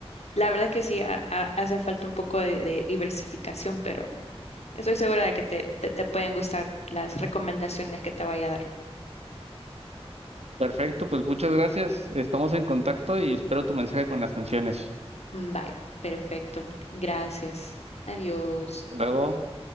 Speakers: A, on the left; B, on the right.
A: la verdad que sí, ha- ha- hace falta un poco de, de diversificación, pero estoy segura de que te, te, te pueden gustar las recomendaciones que te vaya a dar.
B: Perfecto, pues muchas gracias. Estamos en contacto y espero tu mensaje con las canciones.
A: Mm, Vaya, perfecto. Gracias. Adiós.
B: Hasta Luego.